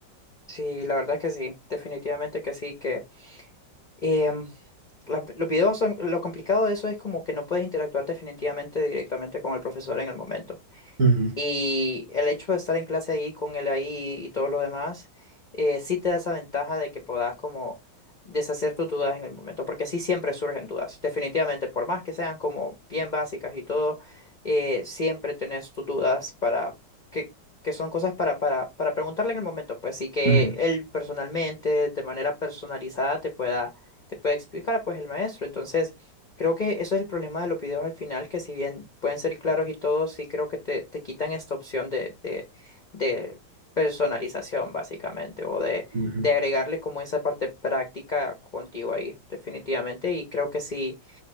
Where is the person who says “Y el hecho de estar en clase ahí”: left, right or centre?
Left